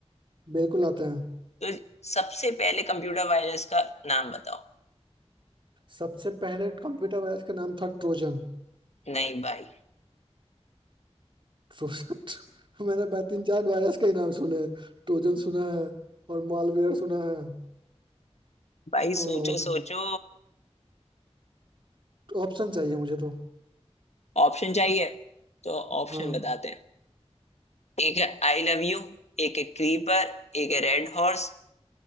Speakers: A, on the right; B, on the left.
A: बिल्कुल आते हैं
B: तो सबसे पहले कंप्यूटर वायरस का नाम बताओ
A: सबसे पहले कंप्यूटर वायरस का नाम था ट्रोजन
B: नहीं भाई
A: ट्रोजन <laughs> मैंने बा- तीन चार वायरस के ही नाम सुने हैं। ट्रोजन सुना है और मालवेयर सुना है
B: भाई
A: और
B: सोचो सोचो
A: ऑप्शन चाहिए मुझे तो
B: ऑप्शन चाहिए तो ऑप्शन
A: हाँ
B: बताते हैं एक है आई लव यू एक है क्रीपर एक है रेड हॉर्स